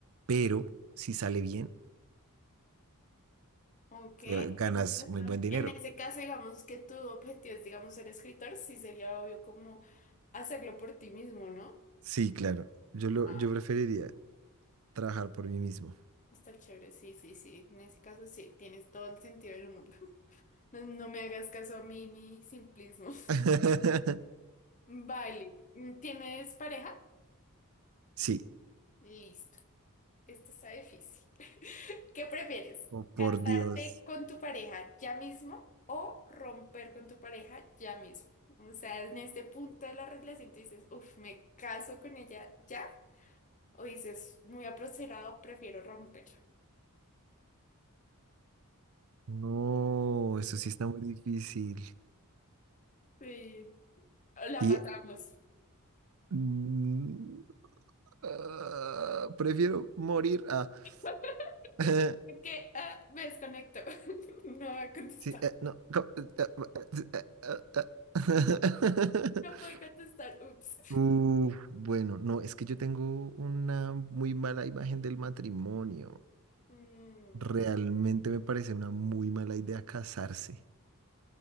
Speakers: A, on the right (about 65°); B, on the left (about 35°).
A: pero si sale bien,
B: Ok,
A: eh, ganas
B: tienes razón.
A: muy buen dinero.
B: En ese caso, digamos que tu objetivo es, digamos, ser escritor, sí sería obvio como hacerlo por ti mismo, ¿no?
A: Sí, claro, yo lo,
B: Ah.
A: yo preferiría trabajar por mí mismo.
B: Está chévere, sí, sí, sí. En ese caso, sí, tienes todo el sentido del mundo. No, no me hagas caso a mí, mi simplismo. <laughs>
A: <laughs>
B: Vale. ¿Tienes pareja?
A: Sí.
B: Listo. Esto está difícil. <laughs> ¿Qué prefieres?
A: Oh, por
B: ¿Casarte
A: Dios.
B: con tu pareja ya mismo o romper con tu pareja ya mismo? O sea, en este punto de la relación te dices, uff, me caso con ella ya. O dices, muy apresurado, prefiero romperla.
A: No, eso sí está muy difícil.
B: Sí. La
A: Y
B: patamos.
A: mm, ah, prefiero morir a...
B: <laughs>
A: <laughs>
B: Que ah, me desconecto. <laughs> No voy a contestar.
A: Sí, eh, no. co- eh, eh, eh, eh, eh. <laughs>
B: No puedo contestar. Ups.
A: Uf, bueno, no, es que yo tengo una muy mala imagen del matrimonio.
B: Mm,
A: Realmente me parece una muy mala idea casarse.